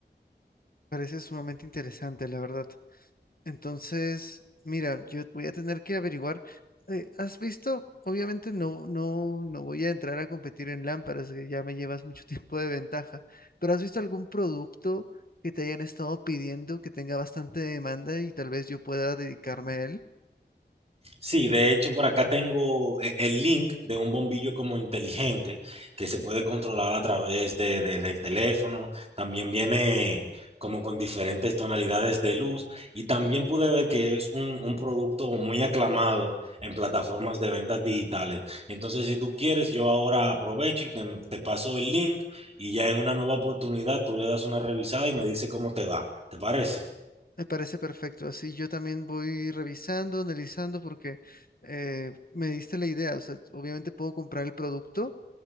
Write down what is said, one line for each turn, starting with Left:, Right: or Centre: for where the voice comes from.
Left: Parece sumamente interesante, la verdad. Entonces, mira, yo voy a tener que averiguar. eh, ¿has visto? Obviamente no, no, no voy a entrar a competir en lámparas, que ya me llevas mucho <laughs> tiempo de ventaja, pero ¿has visto algún producto que te hayan estado pidiendo que tenga bastante demanda y tal vez yo pueda dedicarme a él?
Right: Sí, de hecho por acá tengo e- el link de un bombillo como inteligente que se puede controlar a través de, de- del teléfono. También viene como con diferentes tonalidades de luz y también pude ver que es un, un producto muy aclamado en plataformas de ventas digitales. Entonces, si tú quieres, yo ahora aprovecho y te, te paso el link y ya en una nueva oportunidad tú le das una revisada y me dice cómo te va. ¿Te parece?
Left: Me parece perfecto. Así yo también voy revisando, analizando, porque eh, me diste la idea. O sea, obviamente puedo comprar el producto